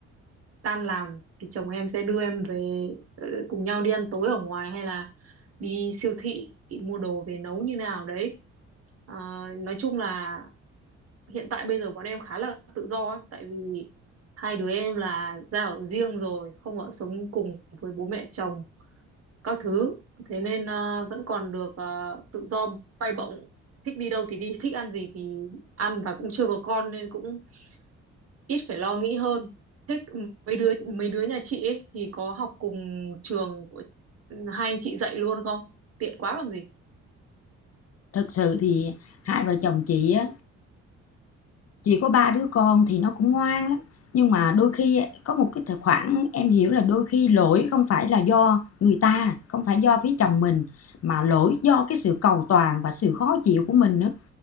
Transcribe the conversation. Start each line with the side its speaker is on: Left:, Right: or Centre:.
Right: tan làm thì chồng em sẽ đưa em về ờ, cùng nhau đi ăn tối ở ngoài hay là đi siêu thị mua đồ về nấu như nào đấy Ờ, nói chung là hiện tại bây giờ bọn em khá là tự do ấy, tại vì hai đứa em là ra ở riêng rồi, không ở sống cùng với bố mẹ chồng các thứ. Thế nên à, vẫn còn được à, tự do bay bổng, thích đi đâu thì đi, thích ăn gì thì ăn và cũng chưa có con nên cũng ít phải lo nghĩ hơn. Thế mấy đứa mấy đứa nhà chị ấy thì có học cùng trường của ừ, hai anh chị dạy luôn không? Tiện quá còn gì.
Left: thực sự thì hai vợ chồng chị á, chỉ có ba đứa con thì nó cũng ngoan lắm nhưng mà đôi khi có một cái thời- khoảng em hiểu là đôi khi lỗi không phải là do người ta không phải do phía chồng mình mà lỗi do cái sự cầu toàn và sự khó chịu của mình nữa